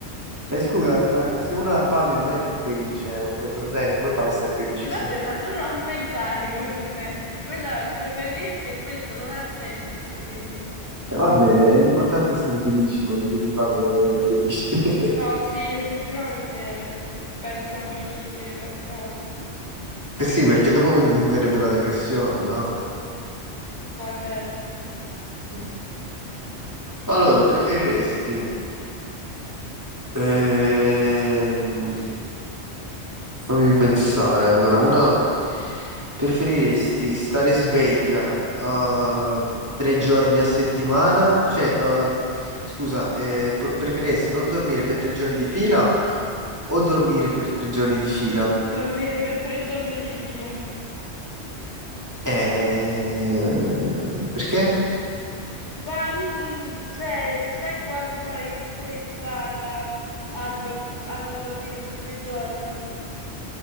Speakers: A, on the right (about 15°); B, on the left (about 40°).
A: Eh, scusa, ma se uno ha fame non è più felice, è un controsenso, come fa a essere felice
B: E vabbè,
A: se...
B: ma tu non pensare ai controsensi. Quello è il preferiresti e questo non ha senso il preferiresti.
A: Eh, Vabbè, è importante essere felici, morire di fame felici. <laughs>
B: No, sì, effettivamente penso anche io uscire questa volta.
A: Eh Sì, perché dopo mi mi verrebbe la depressione, no?
B: Mm, No, è vero.
A: Mm. Allora, preferiresti ehm, Fammi pensare. Allora, una preferiresti stare sveglia eh, tre giorni a settimana? Cioè, eh, scusa, eh, p- preferiresti non dormire per tre giorni di fila o dormire per tre giorni di fila?
B: Dormire per tre giorni di fila.
A: Eh, perché?
B: Ma, mm, cioè, sai quanto sarei stressata a, dor- a non dormire per tre giorni?